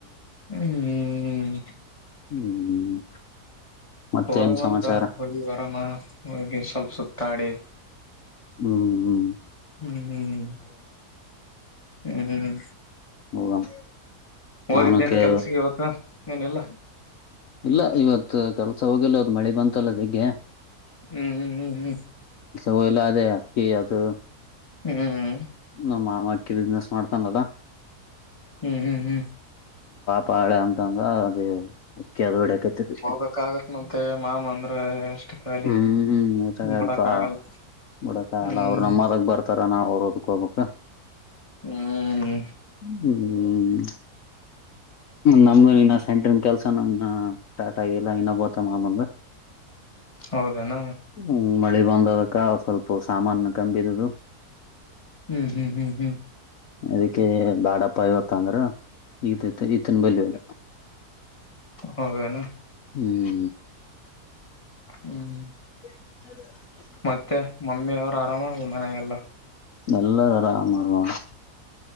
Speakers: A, on the left; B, on the left.
A: ಹ್ಮ್
B: ಹ್ಮ್ ಮತ್ತೇನ್
A: ಹೋಗಂತ
B: ಸಮಾಚಾರ
A: ಹೋಗಿ ವರಾಮ ಹೋಗಿ ಸ್ವಲ್ಪ್ ಸುತ್ತಾಡಿ.
B: ಹ್ಮ ಹ್ಮ.
A: ಹ್ಮ್ ಹ್ಮ್. ಹ್ಮ್ ಹ್ಮ್.
B: ಹೋಗಮ್
A: ಹೋಗಿದ್ದೇನ್
B: ನಾನು ಕ್ಕೆ
A: ಕೆಲ್ಸಕ್ಕೆ ಇವತ್ತು ಏನಿಲ್ಲ
B: ಇಲ್ಲ ಇವತ್ತು. ಕೆಲ್ಸ ಹೋಗಿಲ್ಲ ಇವತ್ ಮಳಿ ಬಂತಲ್ಲ ಅದಿಕೆ.
A: ಹ್ಮ್ ಹ್ಮ್ ಹ್ಮ್.
B: ಹೋಗಿಲ್ಲ ಅದೇ ಅಕ್ಕಿ ಅದು.
A: ಹ್ಮ್ ಹ್ಮ್
B: ನಮ್ ಮ ಮಡ್ಕಿ ಬಿಸ್ನೆಸ್ ಮಾಡ್ತಾನ್ ಅದ.
A: ಹ್ಮ್ ಹ್ಮ್ ಹ್ಮ್.
B: ಪಾಳ್ಯ ಅಂತಂದ ಅದೇ. ಕೆದ್ವುಡೆ ಕಚಿದೆ
A: ಹೋಗ್ಬೇಕಾಗತ್ ಮತ್ತೆ ಮಾಮ ಅಂದ್ರ ಎಷ್ಟು ಖಾಲಿ
B: ಹ್ಮ್ ಹ್ಮ್ ಇತಾಗತ್
A: ಬಿಡಕ್ ಆಗಲ್ಲ
B: ಬುಡಕಲ್ಲ
A: ಹ್ಮ್
B: ಅವ್ರ್ ನಮ್ ಹೊಲಕ್ ಬರ್ತಾರ ನಾವ್ ಅವ್ರ ಹೋಲು ಕೋಬೇಕ.
A: ಹ್ಮ್
B: ಹ್ಮ್ ನಮ್ದು ಇನ್ನ ಸೆಂಟ್ರನ್ ಕೆಲ್ಸನ ಇನ್ನ ಸ್ಟಾರ್ಟ್ ಆಗಿಲ್ಲ ಇನ್ನ ಬರ್ತ ಮಾಮಂದ.
A: ಹೌದೆನ.
B: ಹ್ಮ್ ಮಳಿ ಬಂದದಕ ಸ್ವಲ್ಪ ಸಾಮಾನ ಕಂಬಿದುದು.
A: ಹ್ಮ್ ಹ್ಮ್ ಹ್ಮ್ ಹ್ಮ್.
B: ಅದಿಕ್ ಕ್ಕೆ ಬಾಡಪ್ಪ ಇವತ್ ಅಂದ್ರ. ಈತತ ಈತನ್ ಬಲ್ಯೋದು. <unintelligible>
A: ಹೌದೇನು.
B: ಹ್ಮ್
A: ಹ್ಮ್
B: <unintelligible>
A: ಮತ್ತೆ ಮಮ್ಮಿ ಅವ್ರ ಆರಾಮ ಮನೆಗೆಲ್ಲ.
B: ಎಲ್ಲರ್ ಆರಾಮಗ್ ಅವ್ರ್.